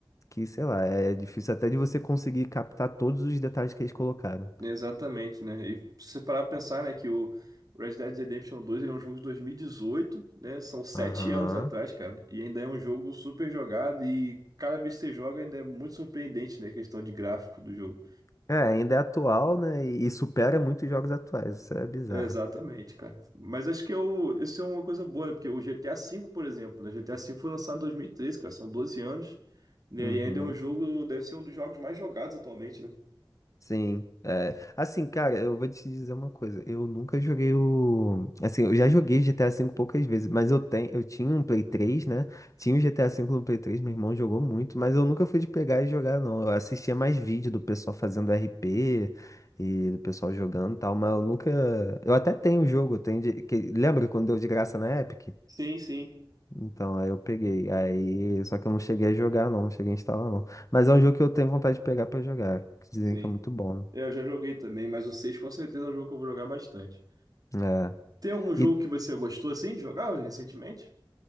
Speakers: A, on the left; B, on the right.
A: que, sei lá, é difícil até de você conseguir captar todos os detalhes que eles colocaram.
B: Exatamente, né? E se parar pra pensar, né, que o Red Dead Redemption dois ele é um jogo de 2018, né? São sete
A: Aham.
B: anos atrás, cara. E ainda é um jogo super jogado e cada vez que você joga ainda é muito surpreendente, né? A questão de gráfico do jogo.
A: É, ainda é atual, né? E, e supera muitos jogos atuais. Isso é bizarro.
B: Exatamente, cara. Mas acho que eu, isso é uma coisa boa, né? Porque o GTA V, por exemplo, né? GTA V foi lançado em 2013, cara, são 12 anos, né?
A: Uhum.
B: E ainda é um jogo, deve ser um dos jogos mais jogados atualmente, né?
A: Sim, é. Assim, cara, eu vou te dizer uma coisa. Eu nunca joguei o. Assim, eu já joguei GTA V poucas vezes, mas eu tenho, eu tinha um Play 3, né? Tinha o GTA V no Play 3, meu irmão jogou muito, mas eu nunca fui de pegar e jogar, não. Eu assistia mais vídeo do pessoal fazendo RP e do pessoal jogando e tal, mas eu nunca. Eu até tenho o jogo, eu tenho de... que- Lembra quando deu de graça na Epic?
B: Sim, sim,
A: Então, aí eu peguei. Aí, só que eu não cheguei a jogar, não, não cheguei a instalar, não. Mas é um jogo que eu tenho vontade de pegar pra jogar. que Dizem
B: sim.
A: que é muito bom, né?
B: É, Eu já joguei também, mas o 6 com certeza é um jogo que eu vou jogar bastante.
A: É.
B: Tem algum jogo
A: E,
B: que você gostou assim de jogar recentemente?